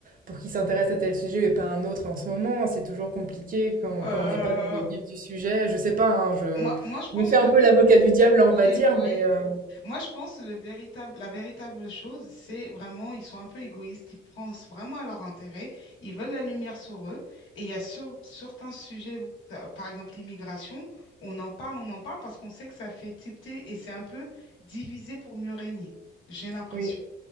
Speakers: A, on the right; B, on the left.
A: pour qu'ils s'intéressent à tel sujet et pas à un autre en ce moment. C'est toujours compliqué quand,
B: Euh,
A: quand on n'est pas dans le vif du sujet. Je sais pas, hein, je,
B: moi, moi, je pense
A: je me fais
B: le,
A: un peu l'avocat du diable, là,
B: oui,
A: on va dire,
B: oui.
A: mais euh,
B: Moi, je pense que le véritable, la véritable chose, c'est vraiment, ils sont un peu égoïstes, ils pensent vraiment à leur intérêt, ils veulent la lumière sur eux. Et il y a sur, certains sujets, ta- par exemple l'immigration, on en parle, on en parle parce qu'on sait que ça fait tilter et c'est un peu divisé pour mieux régner, j'ai l'impression.
A: oui.